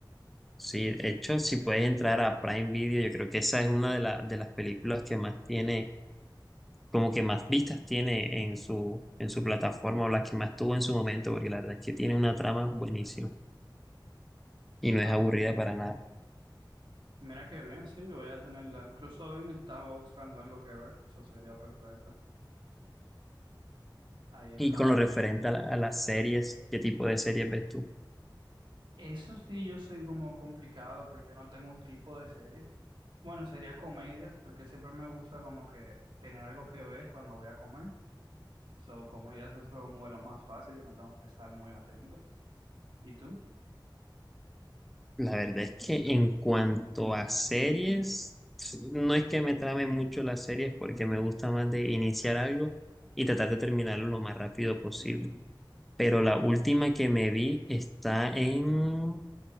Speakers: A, in the centre; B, on the right.
A: Sí, de hecho, si puedes entrar a Prime Video, yo creo que esa es una de, la- de las películas que más tiene, como que más vistas tiene en su, en su plataforma o las que más tuvo en su momento, porque la verdad es que tiene una trama buenísima. y no
B: Ah,
A: es aburrida
B: pues,
A: para nada.
B: mira qué bien, sí, voy a tenerla. Incluso hoy no estaba buscando algo que ver, eso sería perfecto. Ahí esa.
A: Y con lo referente a, la- a las series, ¿qué tipo de series ves tú?
B: Eso sí, yo soy como complicado porque no tengo un tipo de serie. Bueno, sería comedias, porque siempre me gusta como que tener algo que ver cuando voy a comer. So, comedias es como que lo más fácil, que no tengo que estar muy atento. ¿Y tú?
A: La verdad es que en cuanto a series, no es que me trame mucho las series porque me gusta más de iniciar algo y tratar de terminarlo lo más rápido posible.
B: Ujú.
A: Pero la última que me vi está en...